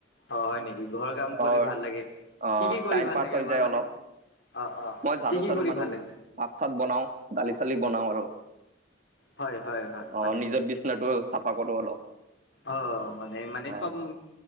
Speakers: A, on the left (about 75°); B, on the right (about 45°).
A: অ, হয় নেকি, ঘৰৰ কাম কৰি
B: অ
A: ভাল লাগে?
B: অ
A: কি কি কৰি
B: টাইম
A: ভাল
B: পাছ
A: লাগে
B: হৈ
A: তোমাক
B: যায়
A: মানে?
B: অলপ
A: অ, অ,
B: মই ঝাৰু
A: কি কি
B: চাৰু
A: কৰি
B: মাৰো
A: ভাল লাগে?
B: ভাত চাত বনাও দালি চালি বনাও আৰু,
A: হয় হয় হয়
B: অ'
A: মানে
B: নিজৰ বি <unintelligible> চাফা কৰোঁ অলপ।
A: অ' মানে মানে
B: অ
A: চব